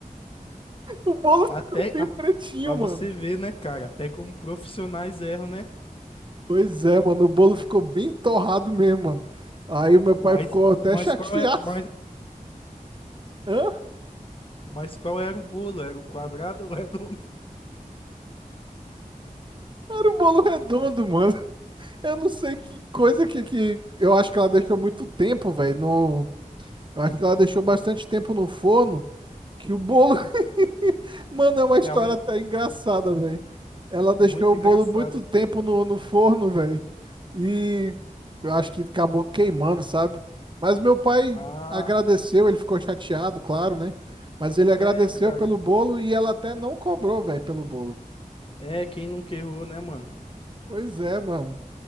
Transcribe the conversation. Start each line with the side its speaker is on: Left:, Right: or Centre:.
Right: O bolo
Left: até.
Right: ficou bem
Left: Ah,
Right: pretinho,
Left: pra você
Right: mano.
Left: ver, né, cara? Até como profissionais erram, né?
Right: Pois é, mano, o bolo ficou bem torrado mesmo, mano. Aí o meu pai
Left: Mas,
Right: ficou até
Left: mas
Right: chateado.
Left: qual é. Mas,
Right: <laughs> Hã?
Left: mas qual era o bolo? Era o quadrado ou redondo?
Right: Era um bolo redondo, mano. Eu não sei que coisa que, que... Eu acho que ela deixou muito tempo, velho. No... Eu acho que ela deixou bastante tempo no forno. Que o bolo. <laughs> Mano, é uma história
Left: <laughs> Ela.
Right: até engraçada, velho. Ela deixou
Left: Muito
Right: o
Left: engraçada.
Right: bolo muito tempo no, no forno, velho. E eu acho que acabou queimando, sabe? Mas meu pai
Left: Ah,
Right: agradeceu, ele ficou chateado, claro, né? Mas ele agradeceu
Left: é, cara.
Right: pelo bolo e ela até não cobrou, velho, pelo bolo.
Left: É, quem nunca errou, né, mano?
Right: Pois é, mano.